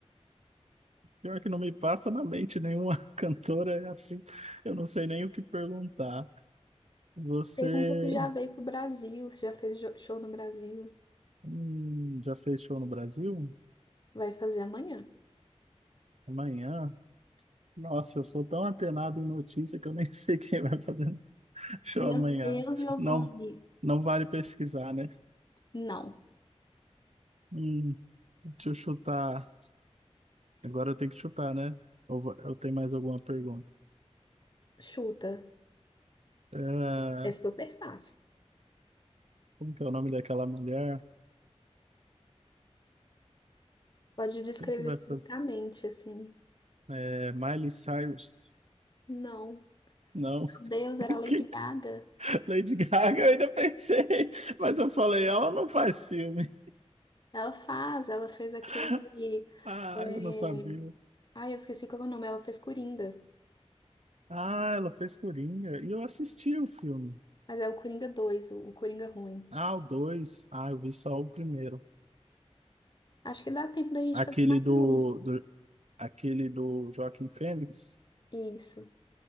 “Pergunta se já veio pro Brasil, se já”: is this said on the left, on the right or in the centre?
Left